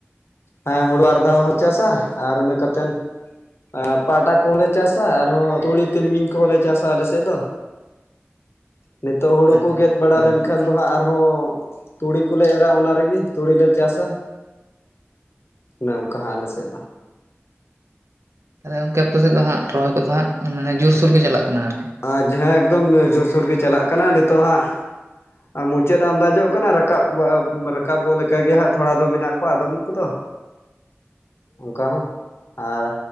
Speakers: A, on the left; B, on the right.
A: ᱦᱮᱸ ᱦᱩᱲᱩ ᱵᱟᱨ ᱫᱷᱟᱣ ᱦᱚᱸ ᱪᱟᱥᱟ ᱟᱨ ᱤᱱᱟᱹ ᱠᱟᱛᱮᱱ ᱟᱨ ᱯᱟᱴᱟ ᱠᱚᱦᱚᱸᱞᱮ ᱪᱟᱥᱟ ᱟᱨᱦᱚᱸ ᱛᱩᱲᱤ ᱛᱤᱞᱢᱤᱧ ᱠᱚᱦᱚᱸᱞᱮ ᱪᱟᱥᱟ ᱟᱞᱮ ᱥᱮᱫ ᱫᱚ ᱱᱤᱛᱳᱜ ᱦᱩᱲᱩ ᱠᱚ
B: ᱟᱪᱪᱷᱟ
A: ᱜᱮᱫ ᱵᱟᱲᱟ
B: ᱦᱮᱸ
A: ᱞᱮᱱ
B: ᱦᱮᱸ
A: ᱠᱷᱟᱱ ᱫᱚ ᱦᱟᱸᱜ ᱟᱨᱦᱚᱸ ᱛᱩᱲᱤ ᱠᱚᱞᱮ ᱮᱨᱟ ᱚᱱᱟ ᱨᱮᱜᱮ ᱛᱩᱲᱤᱞᱮ ᱪᱟᱥᱟ ᱚᱱᱮ ᱚᱝᱠᱟ ᱦᱚᱸ ᱟᱞᱮᱥᱮᱫ ᱫᱚ
B: ᱛᱟᱦᱞᱮ ᱜᱚᱝᱠᱮ ᱟᱯᱮ ᱥᱮᱫ ᱫᱚ ᱦᱟᱸᱜ ᱨᱚᱦᱚᱭ ᱠᱚᱫᱚ ᱦᱟᱸᱜ ᱢᱟᱱᱮ ᱡᱩᱨᱥᱩᱨ ᱜᱮ ᱪᱟᱞᱟᱜ ᱠᱟᱱᱟ ᱟᱨᱠᱤ
A: ᱟᱨ ᱡᱟᱦᱟᱸ ᱮᱠᱫᱚᱢ ᱡᱳᱨᱥᱳᱨ ᱜᱮ ᱪᱟᱞᱟᱜ ᱠᱟᱱᱟ ᱱᱤᱛᱚᱜ ᱦᱟᱸᱜ ᱢᱩᱪᱟᱹᱫ ᱟᱢᱫᱟ ᱡᱚᱜ ᱠᱟᱱᱟ ᱨᱟᱠᱟᱵ ᱵᱟ ᱨᱟᱠᱟᱵᱚᱜ ᱞᱮᱠᱟ ᱜᱮ ᱦᱟᱸᱜ ᱛᱷᱚᱲᱟ ᱫᱚ ᱵᱮᱱᱟᱜ ᱠᱚᱣᱟ ᱟᱫᱚᱢ ᱠᱚᱫᱚ
B: <inaudible>
A: ᱚᱱᱠᱟ ᱦᱚᱸ ᱟᱨ